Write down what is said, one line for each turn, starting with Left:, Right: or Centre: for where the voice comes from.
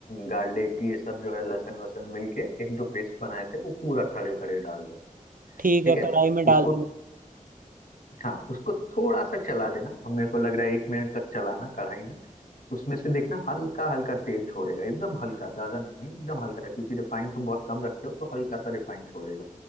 Left: गार्लिक ये सब जो है लहसुन वसन मिलके एक जो पेस्ट बनाए थे वो पूरा खड़े खड़े डाल देना
Right: ठीक
Left: ठीक
Right: है
Left: है
Right: कढ़ाई में
Left: उसको
Right: डाल दूंगा
Left: हाँ उसको थोड़ा सा चला देना अब मेरे को लग रहा है एक मिनट तक चलाना कढ़ाई में उसमें से देखना हल्का हल्का तेल छोड़ेगा एकदम हल्का ज्यादा नहीं एकदम हल्का क्योंकि रिफाइन तुम बहुत कम रखते हो तो हल्का सा रिफाइन छोड़ेगा